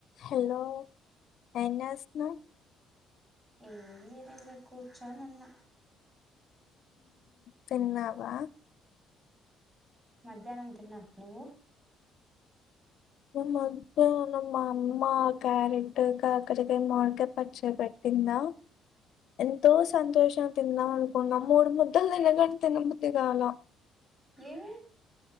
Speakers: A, on the left (about 60°); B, on the right (about 20°).
A: Hello ఏం చేస్తున్నావ్
B: ఏం లేదురా కూర్చుని ఉన్న
A: తిన్నావా
B: మధ్యాహ్నం తిన్నా నువ్వు
A: మధ్యాహ్నం మా అమ్మ క్యారెట్ కాకరకాయ మామిడికాయ పచ్చడి పెట్టి ట్టిందా ఎంతో సంతోషంగా తిందాం అనుకున్నా మూడు ముద్దలు తినగానే తినబుద్ధి కాలా
B: ఏమి